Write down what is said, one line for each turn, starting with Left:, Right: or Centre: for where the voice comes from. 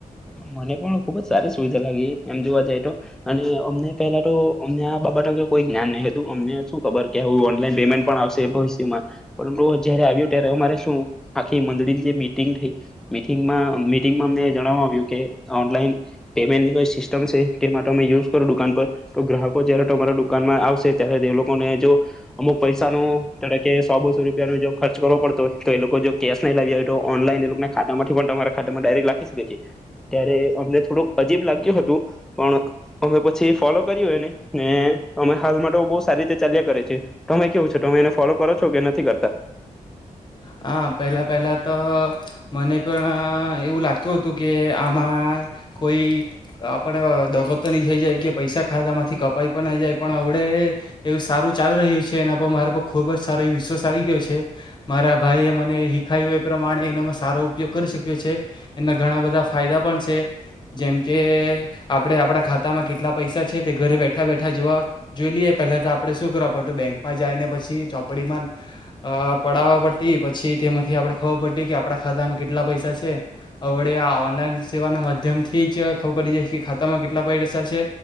Centre: મને પણ ખુબ જ સારી સુવિધા લાગી. એમ જોવા જાય તો અને અમને પેલા તો અમને આ બાબત અંગે કોઈ જ્ઞાન નહીં હતું. અમને શું ખબર કે હું ઓનલાઈન પેમેન્ટ પણ આવશે એ ભવિષ્યમાં. પરંતુ જયારે આવ્યું ત્યારે અમારે શું આખી મડળીની જે મિટિંગ થઈ. મિટંગમાં મિટિંગમાં અમને જણવા આવ્યું. કે ઓનલાઈન પેમેન્ટની કોઈ સિસ્ટમ છે. તેમા તમે યુઝ કરો દુકાન પર તો ગ્રાહકો જય્યારે તમારા દુકાનમાં આવશે, ત્યારે તે લોકોને જો અમુક પૈસા નું, ધારો કે સો બસો રૂપિયા નું જો ખર્ચ કરવો પડતો હો તો એ લોકો જો કેશ નહી લાવી હોય તો ઓનલાઈન એ લોકો ખાતામાંથી પણ તમારા ખાતામાં ડાયરેક્ટ લાખી શકે છે. ત્યારે અમને થોડુંક અજીબ લાગ્યું હતું. પણ અમે પછી ફોલો કર્યું એને ને અમે હાલ માટે બહ સારી રીતે ચાલ્યા કરે છે. તમે કેવું છો તમે એને ફોલો કરો છો કે નથી કરતા?
Left: હા પહેલા પહેલા તો મને પણ એવું લાગતું હતું કે આમાં કોઈ આપણે દગો તો નહી થઈ જાય કે પૈસા ખાતા માંથી કપાઈ પણ નઈ જાય પણ અવડે એવું સારું ચાલુ રહ્યું છે. એના પર મારા પર ખુબ જ સારો વિશ્વાસ આવી ગયો છે. મારા ભાઈએ મને હિખાયું એ પ્રમાણે એનો સારો ઉપયોગ કરી શક્યો છે. એના ઘણા બધા ફાયદા પણ છે જેમ કે આપણે આપણા ખાતામાં કેટલા પૈસા છે. તે ઘરે બેઠા બેઠા જોવા જોઈ લઈએ પહેલા તો આપણે શું કરવા પડતું બેંકમાં જાયને પછી ચોપડીમાં અ અ પડાવવા પડતી પછી તેમાંથી આપણે ખબર પડતી કે આપણા ખાતામાં કેટલા પૈસા છે. હવળે આ ઓનલાઈન સેવાના માધ્યમથી જ ખબર પડી જાય કે ખાતામાં કેટલા પૈસા છે